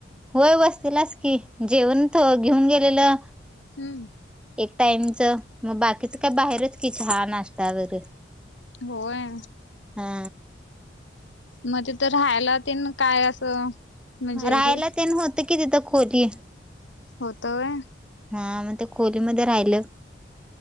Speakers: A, in the centre; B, on the left.
A: होय वस्तीलाच की जेवण त घेऊन गेलेलं.
B: हम्म
A: एक टाइमच म बाकीच काय बाहेरच की चहा नाश्ता वरे
B: होय.
A: हा
B: म तिथ राहायला तेन काय असं म्हणजे
A: राहायला
B: हे
A: तेन होत की तिथं खोली.
B: होत व्हय.
A: हा म ते खोलीमध्ये राहिलं.